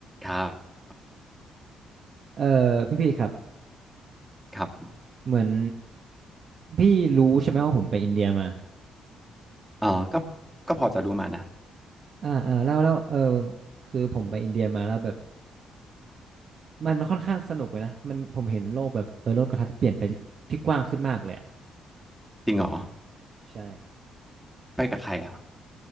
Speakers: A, in the centre; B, on the right (about 55°).
A: ครับ
B: เออพี่พี่ครับ
A: ครับ
B: เหมือนพี่รู้ใช่ไหมว่าผมไปอินเดียมา
A: เออก็ก็พอจะรู้มานะ
B: อ่าอ่าแล้วแล้วเออคือผมไปอินเดียมาแล้วแบบมันค่อนข้างสนุกเลยนะมันผมเห็นโลกแบบเออโลกกระทัดเปลี่ยนไปที่ที่กว้างขึ้นมากเลยอะ
A: จริงเหรอ
B: ใช่
A: ไปกับใครอ่ะ